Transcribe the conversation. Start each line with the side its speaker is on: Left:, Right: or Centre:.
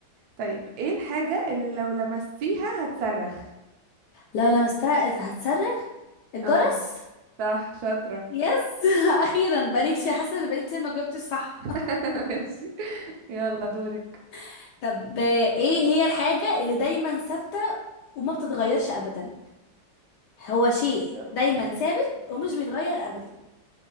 Right: طيب ايه الحاجة اللي لو لمستيها هتصرخ
Left: لو لمستها هتصرخ الجرس
Right: اه صح شاطرة
Left: يس <laughs> اخيرا بقالي كتير حاسه ان بقالي كتير ما جاوبتش صح
Right: <laughs> ماشي يلا دورك
Left: <laughs> طب آه، ايه هي الحاجه اللي دايما ثابته وما بتتغيرش ابدا هو شيء
Right: ثابتة
Left: دايما ثابت ومش بيتغير ابدا